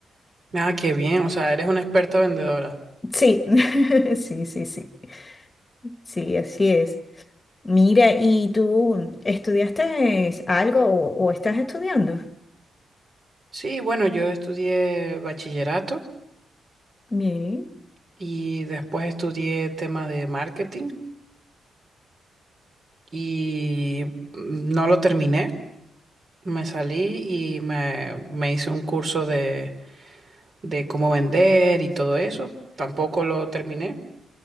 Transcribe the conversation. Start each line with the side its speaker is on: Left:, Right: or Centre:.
Right: Ah, qué bien. O sea, eres una experta vendedora.
Left: Sí, <laughs> sí, sí, sí. Sí, así es. Mira, ¿y tú estudiaste algo o, o estás estudiando?
Right: Sí, bueno, yo estudié bachillerato
Left: Bien,
Right: y después estudié tema de marketing y no lo terminé. Me salí y me, me hice un curso de, de cómo vender y todo eso. Tampoco lo terminé.